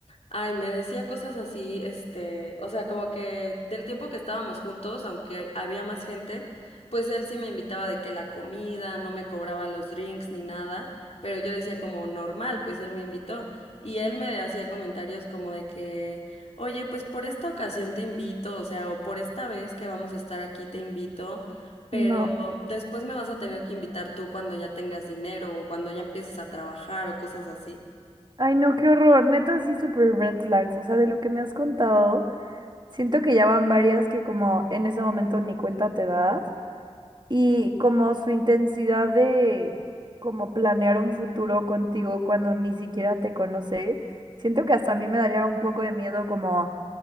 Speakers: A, on the left; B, on the right.
A: Ay, me decía cosas así, este, o sea, como que del tiempo que estábamos juntos, aunque había más gente, pues él sí me invitaba de que la comida, no me cobraba los drinks ni nada, pero yo decía como normal, pues él me invitó y él me hacía comentarios como de que, oye, pues por esta ocasión te invito, o sea, o por esta vez que vamos a estar aquí te invito, pero
B: no.
A: después me vas a tener que invitar tú cuando ya tengas dinero o cuando ya empieces a trabajar o cosas así.
B: Ay, no, qué horror, neta, sí, super red flags, o sea, de lo que me has contado. Siento que ya van varias que como en ese momento ni cuenta te das y como su intensidad de como planear un futuro contigo cuando ni siquiera te conoce, siento que hasta a mí me daría un poco de miedo como,